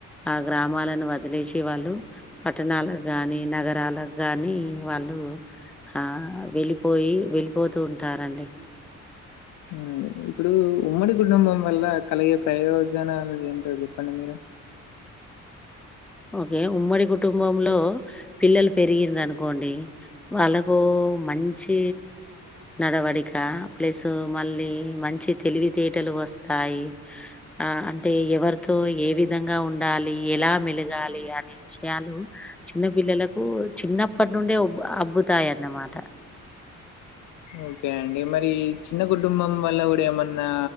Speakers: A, in the centre; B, on the left.
A: ఆ గ్రామాలను వదిలేసి వాళ్ళు పట్టణాలకు గాని నగరాలకు గానీ వాళ్ళు ఆ వెళ్ళిపోయి వెళ్ళిపోతూ ఉంటారండి
B: అవునండి ఇప్పుడు ఉమ్మడి కుటుంబం వల్ల కలగే ప్రయోజనాలు ఏంటో చెప్పండి మీరు
A: ఓకే ఉమ్మడి కుటుంబంలో పిల్లలు పెరిగింది అనుకోండి వాళ్ళకు మంచి నడవడిక ప్లస్ మళ్ళీ మంచి తెలివితేటలు వస్తాయి ఆ అంటే ఎవరితో ఏ విధంగా ఉండాలి ఎలా మెలగా గాలి గని విషయాలు చిన్న పిల్లలకు చిన్నప్పటి నుండే ఉబ్ అబ్బతాయిన్నమాట
B: ఓకే అండి మరి చిన్న కుటుంబం వల్ల కూడా ఏమన్నా